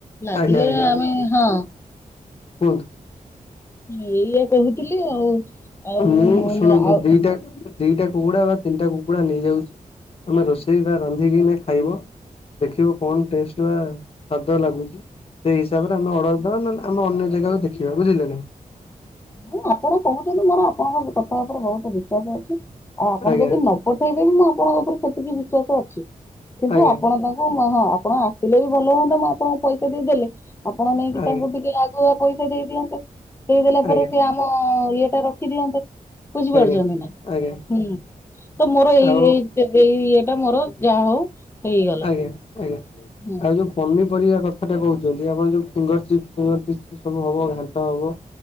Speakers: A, on the left (about 20°); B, on the left (about 45°).
A: ଲାଗିଲେ
B: ଆଜ୍ଞା ଆଜ୍ଞା
A: ଆମେ ହଁ
B: କୁହନ୍ତୁ?
A: ଏଇଆ କହୁଥିଲି ଆଉ। ଆଉ
B: ମୁଁ ଶୁଣନ୍ତୁ
A: ଆଉ
B: ଦିଟା ଦିଟା କୁକୁଡା ବା ତିନିଟା କୁକୁଡା ନେଇଯାଉଚି ତମେ ରୋଷେଇ ବା ରାନ୍ଧିକି ନା ଖାଇବ। ଦେଖିବ କଣ ଟେଷ୍ଟ ବା ସ୍ଵାଦ ଲାଗୁଚି, ସେଇ ହିସାବରେ ଆମେ ଅର୍ଡର ଦବା ନ ଆମେ ଅନ୍ୟ ଜେଗାକୁ ଦେଖିବା ବୁଝିଲେ କି।
A: ମୁଁ ଆପଣ କହୁଚନ୍ତି ମୋର ଆପଣଙ୍କ କଥା ଉପରେ ବହୁତ ବିଶ୍ବାସ ଅଛି, ଆଉ ଆପଣ
B: ଆଜ୍ଞା
A: ଯଦି ପଠେଇଦେବି ମୁଁ ଆପଣଙ୍କ ଉପରେ ସେତିକି ବିଶ୍ୱାସ ଅଛି, କିନ୍ତୁ
B: ଆଜ୍ଞା।
A: ଆପଣ ତାଙ୍କୁ ହଁ ଆପଣ ଥିଲେ ବି ଭଲ ହୁଅନ୍ତା ମୁଁ ଆପଣଙ୍କୁ ପଇସା ଦେଇ ଦେଲେ ଆପଣ ନେଇକି
B: ଆଜ୍ଞା
A: ତାଙ୍କୁ ଟିକେ ଆଗୁଆ ପଇସା ଦେଇଦିଅନ୍ତେ। ହେଇଦେଲା ପରେ
B: ଆଜ୍ଞା
A: ସେ ଆମ ଇଏ ଟା ରଖିଦିଅନ୍ତେ। ବୁଝିପାରୁଛନ୍ତି
B: ଆଜ୍ଞା
A: ନା
B: ଆଜ୍ଞା
A: ହୁଁ ତ ମୋର ଏଇ-ଏଇ
B: ଆଉ
A: ଏଇ ଇଏଟା ମୋର ଯାହା ହଉ ହେଇଗଲା
B: ଆଜ୍ଞା ଆଜ୍ଞା
A: ହୁଁ।
B: ଆଉ ଯୋଉ ପନିପରିବା କଥାଟା କହୁଛନ୍ତି ଆପଣ ଯୋଉ ଫିଙ୍ଗର ଚିପ୍ସ ଫିଙ୍ଗର ଚିପ୍ସ ସବୁ ହବ ଘାଣ୍ଟ ହବ।